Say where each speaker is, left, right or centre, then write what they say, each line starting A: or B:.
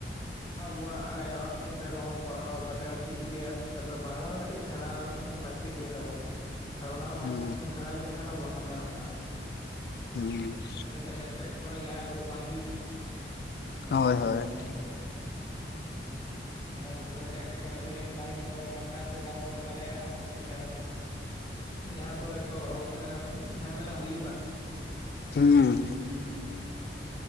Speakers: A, on the left; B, on the left.
A: ᱟᱵᱚᱣᱟᱜ ᱟᱭᱚ ᱟᱲᱟᱝ ᱛᱮ ᱨᱮᱦᱚᱸ ᱯᱟᱲᱦᱟᱣ ᱠᱟᱛᱮ ᱦᱚᱸ ᱴᱷᱤᱠ ᱜᱮᱭᱟ ᱛᱟᱯᱚᱨᱮ ᱵᱟᱝᱞᱟ ᱦᱚᱸ ᱠᱟᱹᱴᱤᱡ ᱥᱮᱬᱟ ᱞᱟᱹᱠᱛᱤ ᱜᱮ ᱛᱟᱵᱚᱱ ᱟᱨ ᱚᱱᱟ ᱦᱚᱸ
B: ᱦᱩᱸ
A: ᱵᱟᱢ ᱥᱮᱬᱟ ᱧᱚᱜ ᱞᱮᱠᱷᱟᱱ ᱦᱚᱸ ᱵᱟᱝ ᱜᱟᱱᱚᱜ ᱠᱟᱱᱟ
B: ᱦᱩᱸ
A: ᱧᱮᱞᱮᱠᱷᱟᱡᱮ ᱮᱸᱴᱠᱮᱴᱚᱬᱮ ᱡᱟᱦᱟᱸ ᱠᱚᱨᱮ ᱵᱟᱝ ᱦᱩᱭᱩᱜ ᱢᱟ
B: ᱦᱳᱭ ᱦᱳᱭ
A: ᱚᱱᱟ ᱞᱟᱹᱜᱤᱫ ᱢᱮᱱᱠᱷᱟᱱ ᱯᱚᱨᱮᱛᱮ ᱮᱸᱴᱠᱮᱴᱚᱬᱮ ᱦᱩᱭ ᱞᱮᱱᱠᱷᱟᱱ ᱫᱚ ᱵᱟᱝᱞᱟᱛᱮ ᱵᱟᱢ ᱨᱚᱲ ᱫᱟᱲᱮᱭᱟᱜᱼᱟ ᱯᱚᱨᱮᱛᱮ ᱟᱨᱦᱚ ᱡᱟᱦᱟᱸ ᱠᱚᱨᱮ ᱠᱚ ᱦᱚᱨᱚᱜ ᱡᱷᱟᱢᱮᱞᱟ ᱦᱩᱭᱩᱜᱼᱟ
B: ᱦᱩᱸ